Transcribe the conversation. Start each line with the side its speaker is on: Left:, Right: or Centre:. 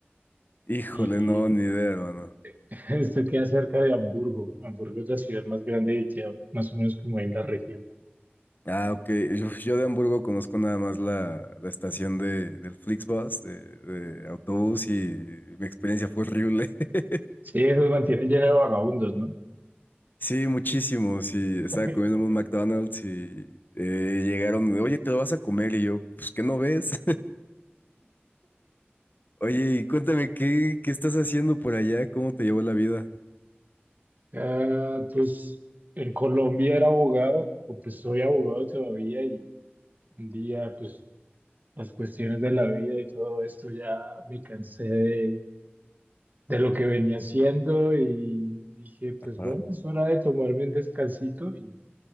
Left: Híjole,
Right: Y
Left: no, ni idea, hermano.
Right: <laughs> esto queda cerca de Hamburgo. Hamburgo es la ciudad más grande y queda más o menos como ahí en la región.
Left: Ah, ok. Yo, yo de Hamburgo conozco nada más la, la estación de, del Flixbus, de, de autobús, y mi experiencia fue horrible. <laughs>
Right: Sí, eso mantiene lleno de vagabundos, ¿no?
Left: Sí, muchísimo. Sí, estaba
Right: <laughs>
Left: comiendo en un McDonald's y eh, llegaron, oye, te lo vas a comer. Y yo, pues, ¿qué no ves? Oye, y cuéntame, ¿qué, qué estás haciendo por allá? ¿Cómo te llevó la vida?
Right: Ah, pues en Colombia era abogado, o pues soy abogado todavía y un día pues las cuestiones de la vida y todo esto ya me cansé de, de lo que venía haciendo y dije pues
Left: Ajá.
Right: bueno, es hora de tomarme un descansito y